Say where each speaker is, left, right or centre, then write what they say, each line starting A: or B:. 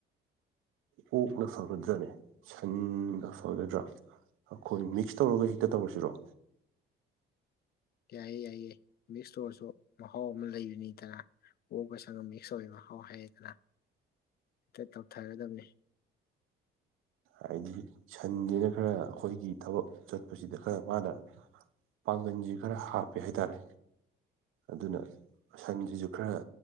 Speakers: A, on the right (about 80°); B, on the left (about 50°).
A: ꯑꯣꯛꯅ ꯐꯒꯗ꯭ꯔꯅꯦ ꯁꯟꯅ ꯐꯒꯗ꯭ꯔꯥ ꯑꯩꯈꯣꯏ ꯃꯤꯛꯁ ꯇꯧꯔꯒ ꯍꯦꯛꯇ ꯇꯧꯔꯁꯤꯔꯣ
B: ꯌꯥꯏꯑꯦ ꯌꯥꯏꯑꯦ ꯃꯤꯛꯁꯇꯣꯔꯁꯨ ꯃꯍꯥꯎ ꯑꯃ ꯂꯩꯕꯅꯤꯗꯅ ꯎꯕ ꯁꯪꯒꯝ ꯃꯤꯛꯁ ꯑꯣꯏꯕ ꯍꯥꯎ ꯍꯥꯏꯗꯅ ꯇꯧꯊꯒꯗꯕꯅꯤ
A: ꯍꯥꯏꯗꯤ ꯁꯟꯁꯤꯦꯅ ꯈꯔ ꯑꯩꯈꯣꯏꯒꯤ ꯊꯕꯛ ꯆꯠꯄꯁꯤꯗ ꯈꯔ ꯃꯥꯗ ꯄꯥꯡꯒꯟꯁꯤ ꯈꯔ ꯍꯥꯞꯄꯦ ꯍꯥꯏꯇꯥꯔꯦ ꯑꯗꯨꯅ ꯁꯟꯁꯤꯁꯨ ꯈꯔ